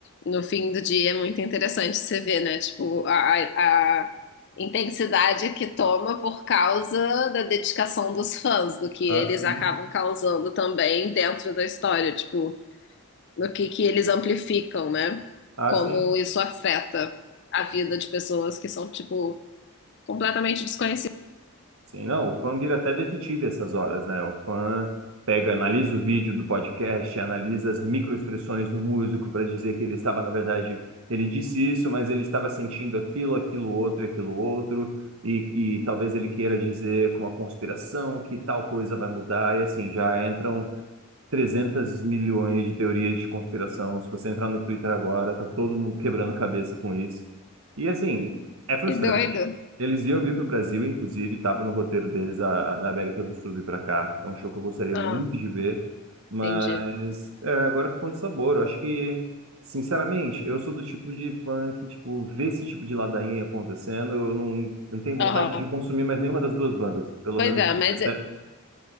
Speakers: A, on the left (about 50°); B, on the right (about 70°).
A: no fim do dia é muito interessante você ver, né? Tipo, a, a a intensidade que toma por causa da dedicação dos fãs, do que
B: Ah,
A: eles
B: sim.
A: acabam causando também dentro da história, tipo, do que que eles amplificam, né?
B: Ah,
A: Como
B: sim.
A: isso afeta a vida de pessoas que são, tipo, completamente desconhecidas.
B: Sim, não, o fã vira até detetive essas horas, né? O fã pega, analisa o vídeo do podcast, analisa as microexpressões do músico para dizer que ele estava, na verdade, ele disse isso, mas ele estava sentindo aquilo, aquilo outro, aquilo outro, e que talvez ele queira dizer com uma conspiração que tal coisa vai mudar, e assim, já entram 300 milhões de teorias de conspiração. Se você entrar no Twitter agora, tá todo mundo quebrando cabeça com isso. E assim, é frustrante.
A: Que doido.
B: Eles iam vir para o Brasil, inclusive, estava no roteiro deles a, a- na América do Sul vir para cá. É um show que eu gostaria
A: Ah,
B: muito de ver, mas
A: entendi.
B: é, agora ficou com sabor. Eu acho que, sinceramente, eu sou do tipo de fã que, tipo, vê esse tipo de ladainha acontecendo, eu não, não tenho vontade
A: Aham.
B: de consumir mais nenhuma das duas bandas, pelo
A: Pois
B: menos
A: é, mas é-
B: até. até-